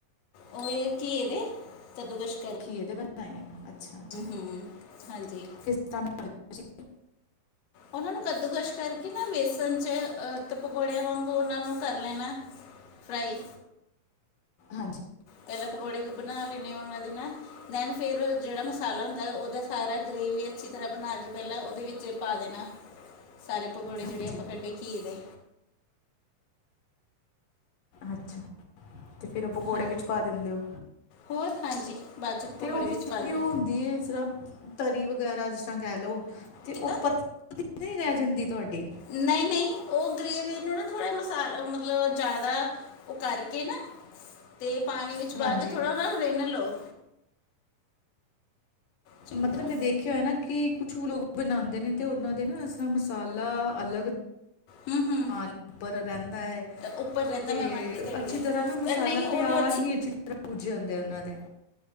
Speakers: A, on the left; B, on the left.
A: ਓ ਏ ਘੀਏ ਦੇ, ਕੱਦੂ ਕਸ਼
B: ਘੀਏ ਦੇ ਬਣਏਬ ਐ, ਅੱਛਾ-ਅੱਛਾ
A: ਹੂੰ ਹਾਂਜੀ
B: ਕਿਸ ਤਰ੍ਹਾਂ ਬਣਾਏ ਤੁਸੀ?
A: ਓਨਾਂ ਨੂੰ ਕੱਦੂਕਸ਼ ਕਰਕੇ ਨਾ ਬੇਸਣ ਚ' ਅ ਤੇ ਪਕੌੜਿਆਂ ਵਾਂਗੂ ਓਨਾਂ ਨੂੰ ਕਰ ਲੈਣਾ। ਫਰਾਈ।
B: ਹਾਂਜੀ।
A: ਪੈਲਾ ਪਕੌੜੇ ਬਣਾ ਲੈਣੇ ਓਨਾਂ ਦੇ ਨਾ। ਦੈਨ ਫੇਰ ਜਿਹੜਾ ਮਸਾਲਾ ਹੁੰਦਾ ਓਦਾ ਸਾਰਾ- ਗ੍ਰੇਵੀ ਅੱਛੀ ਤਰ੍ਹਾਂ ਬਣਾ ਲੀ। ਪੈਲਾਂ ਓਦੇ ਵਿੱਚ ਪਾ ਦੇਣਾ। ਸਾਰੇ ਪਕੌੜੇ
B: ਹਾਂਜੀ
A: ਜੇੜੇ ਆਪਾਂ ਕੱਢੇ ਘੀਏ ਦੇ।
B: ਅੱਛਾ, ਤੇ ਫੇਰ ਓ ਪਕੌੜੇ
A: ਹਾਂ
B: ਵਿੱਚ ਪਾ ਦਿੰਦੇ ਓ।
A: ਹੋਰ ਹਾਂਜੀ ਬਾਅਦ ਚ
B: ਤੇ
A: ਪਕੌੜੇ
B: ਓਦੀ
A: ਵਿੱਚ ਪਾ ਦੇਣੇ
B: ਓ, ਹੁੰਦੀ ਏ ਜਿਸਰਾਂ- ਤਰੀ ਵਗੈਰਾ ਜਿਸ ਤਰ੍ਹਾਂ ਕੈ ਲਓ, ਤੇ
A: ਕਿਦਾਂ
B: ਓ ਪਤਲੀ ਨੀ ਰੈ ਜਾਂਦੀ ਤੁਆਡੀ।
A: ਨਈ- ਨਈ, ਓ ਗਰੇੇਵੀ ਨੂੰ ਨਾ ਥੋੜ੍ਹੇ ਮਸਾਲ ਮਤਲਬ ਜਾਦਾ- ਓ ਕਰਕੇ ਨਾ, ਤੇ ਪਾਣੀ ਵਿੱਚ
B: ਹਾਂਜੀ
A: ਪਾ ਕੇ ਥੋੜ੍ਹਾ ਓਨਾਂ ਰਿੰਨ ਲ‌ਓ। ਚੰਗੀ
B: ਮਤਲਬ
A: ਤਰ੍ਹਾਂ
B: ਮੈਂ ਦੇਖਿਆ ਹੋਇਆ ਨਾ ਕੀ ਕੁਛ ਲੋਕ ਬਣਾਂਦੇ ਨੇ ਤੇ ਓਨਾਂ ਦੇ ਨਾ ਏਸਰ੍ਹਾਂ ਮਸਾਲਾ ਅਲੱਗ-
A: ਹੂੰ ਹੂੰ
B: ਨਾਲ ਉਪਰ ਰੈਂਦਾ ਐ।
A: ਉੱਪਰ ਰਹਿੰਦਾ
B: ਤੇ
A: ਮੈਂ ਮੰਨ ਗਈ ਤੁਹਾਡੀ
B: ਅੱਛੀ
A: ਗੱਲ
B: ਤਰ੍ਹਾਂ ਨਾ ਮਸਾਲਾ
A: ਪਰ ਨਹੀਂ ਉਹਨੂੰ
B: ਪਿਆਜ ਨੀ ਅੱਛੀ ਤਰ੍ਹਾਂ- ਭੁਜੇ ਹੋਏ ਹੋਂਦੇ ਓਨਾਂ ਦੇ।